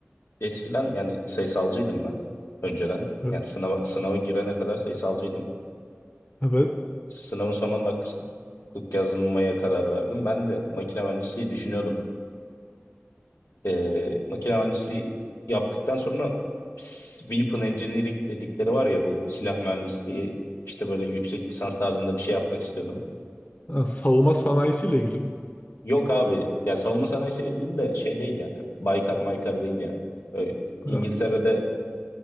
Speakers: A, on the left; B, on the left.
A: eskiden yani sayısalcıydım ben önceden.
B: E,
A: Yani sınava, sınava girene kadar sayısalcıydım.
B: Evet.
A: Sınavın son 10 dakikasında hukuk yazmaya karar verdim. Ben de makine mühendisliği düşünüyordum. e, makine mühendisliği yaptıktan sonra s- Weapon Engineering dedikleri var ya bu silah mühendisliği işte böyle yüksek lisans tarzında bir şey yapmak istiyordum.
B: Ha, savunma sanayisiyle ilgili. mi?
A: Yok abi ya savunma sanayisiyle ilgili de şey değil yani Baykar Maykar değil yani. Böyle
B: Ha,
A: İngiltere'de